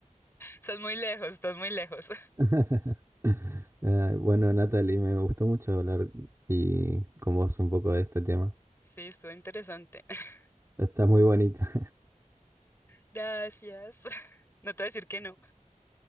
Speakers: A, on the left; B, on the right.
A: Estás muy lejos, estás muy lejos.
B: <laughs> Ah, bueno, Natalie, me gustó mucho hablar y con vos un poco de este tema.
A: Sí, estuvo interesante. <laughs>
B: Está muy bonita.
A: Gracias. <laughs> No te voy a decir que no.